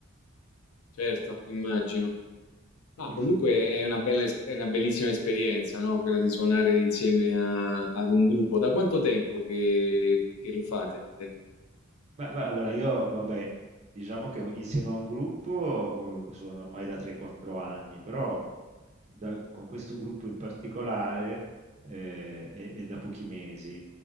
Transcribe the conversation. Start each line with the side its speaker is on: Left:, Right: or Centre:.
Left: certo, immagino. Ma
Right: Inf-
Left: comunque è una bella, es- è una bellissima esperienza, no? Quella di suonare insieme a- ad un gruppo. Da quanto tempo che, che lo fate?
Right: Ma guarda, allora io, vabbè, diciamo che insieme a un gruppo eh, suono ormai da 3-4 anni, però da- con questo gruppo in particolare eh, è è da pochi mesi.